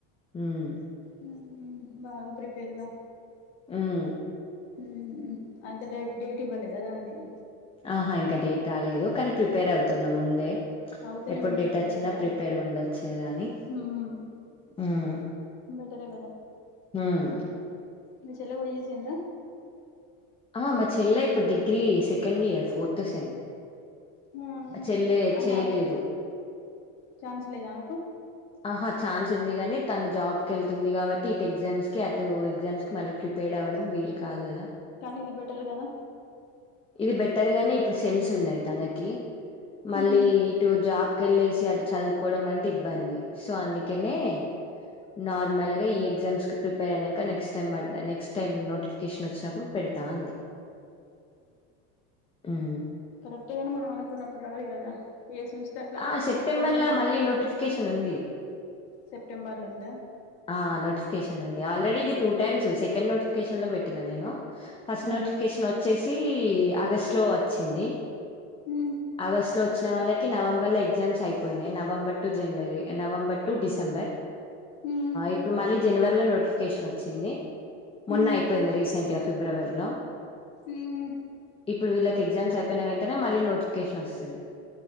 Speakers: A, on the left; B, on the left.
A: మ్
B: ఉమ్, బాగా ప్రిపేర్గా
A: హ్మ్.
B: మ్మ్ అయితే డెేట్ డెటీ పర్లేదా దాంది <unintelligible>
A: ఆహా ఇంకా డేట్ రాలేదు కానీ ప్రిపేర్ అవుతున్నా ముందే
B: అవుతేనే
A: ఎప్పుడు
B: మంచి
A: డేట్
B: బెటరే
A: వచ్చినా
B: కదా
A: ప్రిపేర్ ఉండొచ్చని
B: ఉమ్,
A: మ్
B: బెటరే
A: హ్మ్మ్
B: ను చెల్ల గుడి చేేసిందా
A: ఆ మా చెల్లె ఇప్పుడు degree second year fourth sem
B: ఉమ్,
A: చెల్లే
B: అంటే
A: చెయలేదు
B: ఆమె ఛాన్స్ లేదా ఆమెకు
A: ఆహా ఛాన్స్ ఉంది కాగానీ తన జాబ్కి వెళ్తుంది కాబట్టి ఇటు ఎగ్జామ్స్ కి అటు ఎగ్జామ్స్ కి మళ్ళీ ప్రిపేర్ అవ్వడం వీలు కాదు కదా
B: కానీ ఇది బెటర్ కదా
A: ఇది బెటర్ గాని ఇప్పుడు సెమ్స్ ఉన్నాయి తనకి మళ్ళీ
B: ఉమ్,
A: ఇటు జాబ్ కెళ్ళేసి అ చదువుకోవడం అంటే ఇబ్బంది సో అందుకనే చదువు కోవడం అంటే ఇబ్బంది సో అందుకనే నార్మల్ గా ఈ ఎగ్జామ్స్ కి ప్రిపేర్ అయినాక నెక్స్ట్ టైమ్ ప నెక్స్ట్ టైం నోటిఫికేషన్ వచ్చినప్పుడు పెడతా అంది మ్
B: పెట్గాని మనం అనుకున్నప్పుడు రాదు కదా ఏసి ఉంచితే అట్లా
A: ఆ సెప్టెంబర్
B: కొంచెం
A: ల్లా మళ్ళీ నోటిఫికేషన్ ఉంది
B: సెప్టెంబర్లో ఉందా
A: ఆ నోటిఫికేషన్ ఉంది ఆల్రెడీ ఇది టూ టైమ్స్ సెకండ్ నోటిఫికేషన్ లో పెట్టినా నేను ఫస్ట్
B: ఆహా
A: నోటిఫికేషన్ వ వచ్చేసి ఆగస్ట్ లో వచ్చింది
B: ఉమ్
A: ఆగస్ట్ లో వచ్చిన వాళ్లకి నవంబర్ లో ఎగ్జామ్స్ అయిపోయినాయి November to January November to December
B: ఉమ్
A: ఇప్పుడు మళ్ళీ జనవరిలో నోటిఫికేషన్ వచ్చింది మొన్న
B: ఉమ్
A: అయిపోయింది రీసెంట్ గా ఫిబ్రవరిలో
B: ఉమ్
A: ఇప్పుడు వీళ్ళకి ఎగ్జామ్స్ అయిపోయిన వెంటనే మళ్ళ నోటిఫికేషన్ వస్తది.